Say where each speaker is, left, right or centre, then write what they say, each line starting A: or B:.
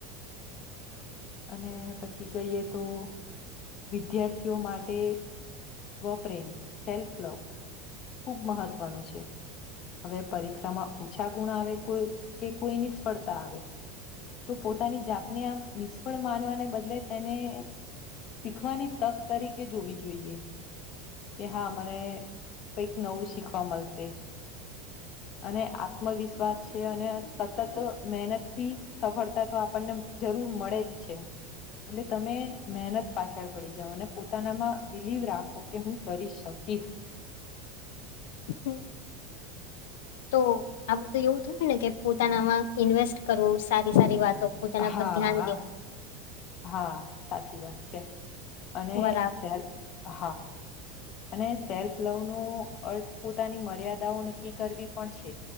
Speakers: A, on the left (about 45°); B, on the left (about 80°).
A: અને પછી કહીએ તો વિદ્યાર્થીઓ માટે સ્વપ્રેમ સેલ્ફ લવ ખૂબ મહત્વનો છે હવે પરીક્ષામાં ઓછા ગુણ આવે કોઈ કે કોઈ નિષ્ફળતા આવે તો પોતાની જાતને આમ નિષ્ફળ માનવાને બદલે તેને શીખવાની તક તરીકે જોવી જોઈએ કે હા મને કંઈક નવું શીખવા મળશે અને આત્મવિશ્વાસ છે અને સતત ત મહેનત થી સફળતા તો આપણને જરૂર હું મળે જ છે એટલે તમે મહેનત પાછળ પડી જાઓ અને પોતાનામાં બિલીવ રાખો કે, હું કરી શકું. કિસ.
B: હું. તો આ બધું એવું થયું ને કે, પોતાનામાં ઈન્વેસ્ટ કરવો સારી સારી વાત. તો પોતાના
A: હા
B: પર ધ્યાન દેવુ.
A: હા, સાચી વાત છે. અને
B: બરાબર
A: જ્યારે હા અને સેલ્ફ લવનો અર્થ પોતાની મર્યાદાઓ નક્કી કરવી પણ છે.